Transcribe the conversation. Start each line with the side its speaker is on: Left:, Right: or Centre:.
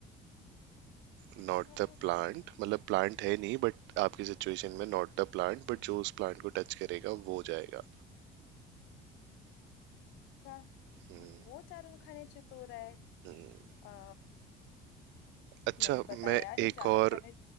Right: है
Left: अच्छा
Right: नॉट द प्लांट मतलब प्लांट है नहीं बट आपकी सिचुएशन में नॉट द प्लांट बट जो उस प्लांट को टच करेगा वो जाएगा
Left: अच्छा
Right: हम्म
Left: वो चारों खाने चित हो रहा
Right: हम्म।
Left: है
Right: अच्छा
Left: नहीं पता
Right: मैं
Left: यार ये
Right: एक
Left: चारों
Right: और
Left: खाने